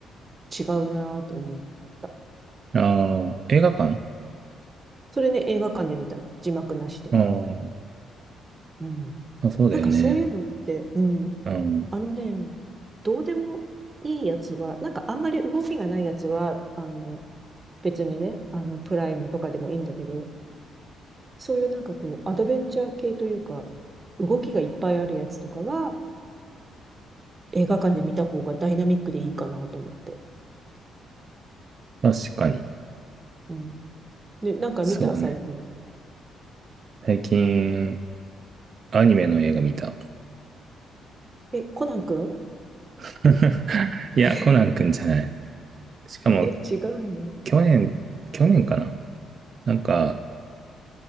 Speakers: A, on the right; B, on the right.
A: 違うなぁと思った。
B: うん。ああ、映画館
A: それね、映画館で見たの。字幕なしで。
B: ああー、
A: うん。
B: あそうだよね。
A: なんかそういうのって、うん。
B: うん。
A: あのね、どうでもいいやつは、なんかあんまり動きがないやつは、あの、別にね、あの、プライムとかでもいいんだけど、そういうなんかこう、アドベンチャー系というか、動きがいっぱいあるやつとかは、映画館で見た方がダイナミックでいいかなと思って。
B: 確かに。
A: うん。で、なんか見た最近。
B: そうだね。最近、アニメの映画見た。
A: え、コナン君
B: <laughs> いや、
A: <laughs>
B: コナンくんじゃない。しかも、
A: え、違うの、ね、
B: 去年、去年かな。なんか、